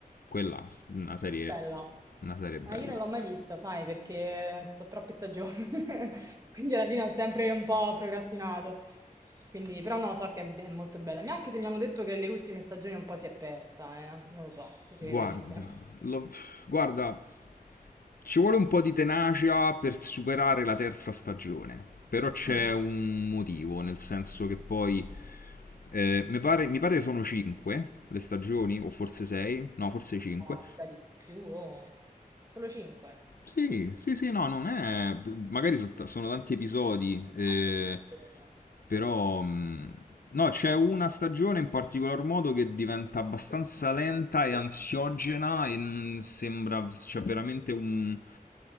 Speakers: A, on the left; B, on the right.
A: quella, una serie,
B: Bella.
A: una serie bella.
B: Ah, io non l'ho mai vista, sai, perché so troppe stagioni, <laughs> quindi alla fine ho sempre un po' procrastinato. Quindi, però no, so che è be- molto bella. Ma Anche se mi hanno detto che le ultime stagioni un po' si è persa, eh. Non lo so, tu che
A: Guarda,
B: le hai viste?
A: l'ho- guarda, Ci vuole un po' di tenacia per superare la terza stagione, però c'è
B: Mm.
A: un motivo, nel senso che poi eh, mi pare, mi pare sono 5 le stagioni, o forse 6, no, forse 5.
B: No, mi sa di più, oh. Solo 5.
A: Sì, sì, sì, no, non è... magari so- sono tanti episodi, eh,
B: No, forse per quello.
A: però... mh, No, c'è una stagione in particolar modo che diventa abbastanza lenta e ansiogena
B: Mm.
A: e mh, sembra... c'è veramente un